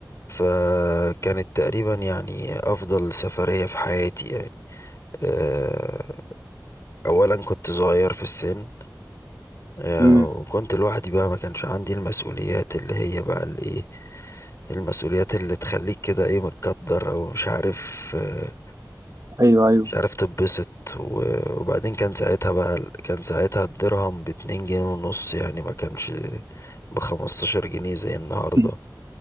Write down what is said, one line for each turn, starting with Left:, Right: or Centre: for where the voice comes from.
Left: فكانت تقريبا يعني أفضل سفرية في حياتي يعني آه، أولا كنت صغير في السن آه،
Right: امم
Left: وكنت لوحدي بقى ما كانش عندي المسؤوليات اللي هي بقى الإيه المسؤوليات اللي تخليك كده إيه متقدر أو مش عارف آه،
Right: ايوه ايوه
Left: مش عارف تتبسط و- وبعدين كان ساعتها بقى كان ساعتها الدرهم باتنين جنيه ونص يعني ما كانش بخمستاشر جنيه زي النهاردة
Right: <clears throat>